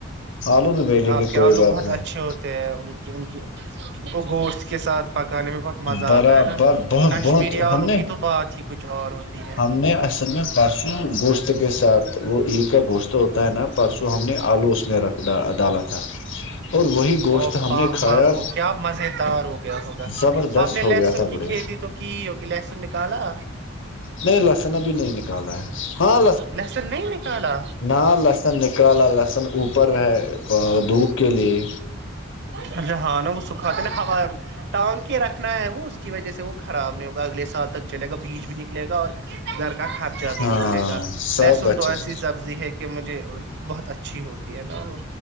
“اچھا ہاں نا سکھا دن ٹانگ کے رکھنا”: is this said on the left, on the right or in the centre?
Right